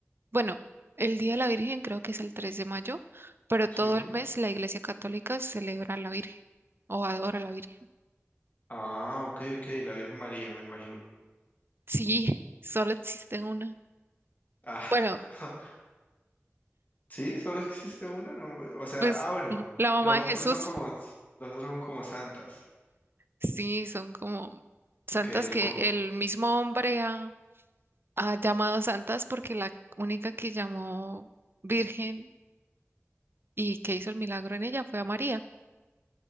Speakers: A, on the right (about 55°); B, on the left (about 40°).
A: Bueno, el Día de la Virgen creo que es el 3 de mayo, pero todo
B: Sí.
A: el mes la Iglesia Católica celebra a la Virgen o adora a la Virgen.
B: Ah, ok, ok. La Virgen María, me imagino.
A: Sí, <laughs> solo existe una.
B: Ah,
A: Bueno,
B: <laughs> sí, solo existe una, ¿no? O sea,
A: pues
B: ah, bueno.
A: la mamá
B: Los
A: de
B: otros
A: Jesús,
B: son como, los otros son como santas.
A: sí, son como santas
B: Ok, lo
A: que
B: con-
A: el mismo hombre ha, ha llamado santas porque la única que llamó Virgen y que hizo el milagro en ella fue a María.